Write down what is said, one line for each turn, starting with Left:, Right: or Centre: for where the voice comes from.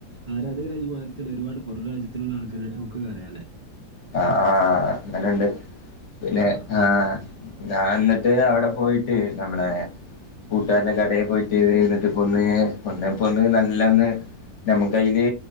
Right: ആരാധകരായി ഈ ഭാകത്തുള്ള ഒരുപാട് പൊറം രാജ്യത്തുള്ള ആൾക്കാര് നമുക്ക് അറിയല്ലേ
Left: ആഹ്, ആഹ് അങ്ങനെണ്ട്. പിന്നെ
Right: ആ
Left: ആഹ് ഞാൻ എന്നിട്ട് അവിടെ പോയിട്ട് നമ്മളെ കൂട്ടാരന്റെ കടയിൽ പോയിട്ട് എന്നിട്ട് പൊന്ന് പൊന്ന്, പൊന്ന് നല്ലൊന്ന് നമ്മക്കയില്